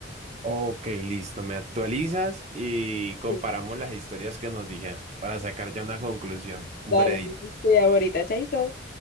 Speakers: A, on the right; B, on the left.
A: Ok, listo, me actualizas y comparamos
B: Sí.
A: las historias que nos dijeron para sacar ya una conclusión, un
B: Dale,
A: veredicto.
B: entonces te llamo ahorita, chaito.